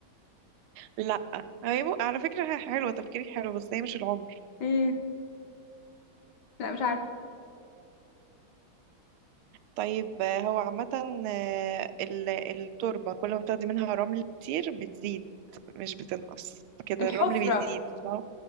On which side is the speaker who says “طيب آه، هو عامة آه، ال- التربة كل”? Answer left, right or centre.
Right